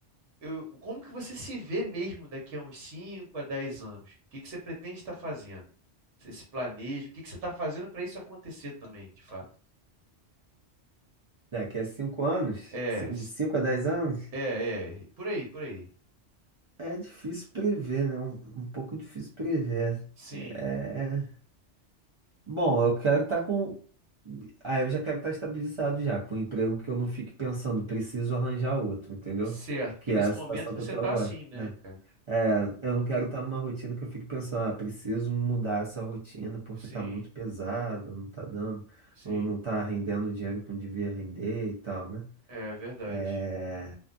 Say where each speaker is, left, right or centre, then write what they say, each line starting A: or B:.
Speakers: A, on the right; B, on the right.
A: eu, como que você se vê mesmo daqui a uns 5 a 10 anos? O que que você pretende estar fazendo? Você se planeja? O que que você está fazendo para isso acontecer também, de fato?
B: Daqui a cinco anos,
A: É.
B: assim, de cinco a dez anos,
A: É, é, por aí, por aí.
B: é difícil prever, né? Um, um pouco difícil prever.
A: Sim,
B: É... Bom, eu quero estar com. Ah, eu já quero estar estabilizado já, com um emprego que eu não fique pensando, preciso arranjar outro, entendeu?
A: certo. Porque
B: Que
A: nesse
B: é a situação
A: momento você
B: que eu tô
A: tá
B: agora.
A: assim, né,
B: né?
A: cara?
B: É, eu não quero estar numa rotina que eu fique pensando, ah, preciso mudar essa rotina porque
A: Sim,
B: tá muito pesada, não tá dando,
A: sim.
B: ou não tá rendendo o dinheiro que eu devia render e tal, né?
A: É verdade.
B: É,